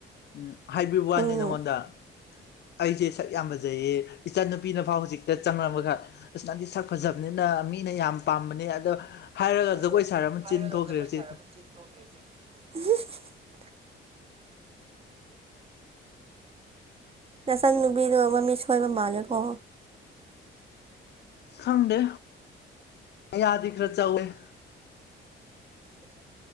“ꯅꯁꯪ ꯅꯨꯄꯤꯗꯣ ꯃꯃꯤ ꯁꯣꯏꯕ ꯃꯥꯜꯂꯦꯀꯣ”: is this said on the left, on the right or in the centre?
Right